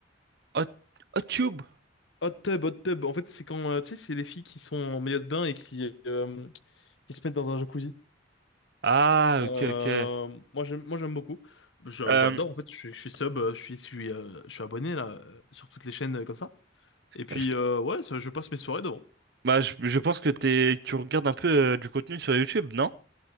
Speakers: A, on the right; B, on the left.
A: Hot, Hot Tube?
B: Hot tub, hot tub, en fait, c'est quand, euh, tu sais, c'est les filles qui sont en maillot de bain et qui, euh, qui se mettent dans un jacuzzi.
A: Ah,
B: Euh,
A: ok, ok.
B: moi j'aime moi j'aime beaucoup. Je-
A: Euh,
B: J'adore en fait. Je, suis je suis sub, euh, je suis je suis euh, je suis abonné là euh, sur toutes les chaînes euh, comme ça. Et puis
A: est-ce que,
B: euh, ouais, ça, je passe mes soirées devant.
A: bah, je, je pense que t'es, tu regardes un peu euh, du contenu sur YouTube, non?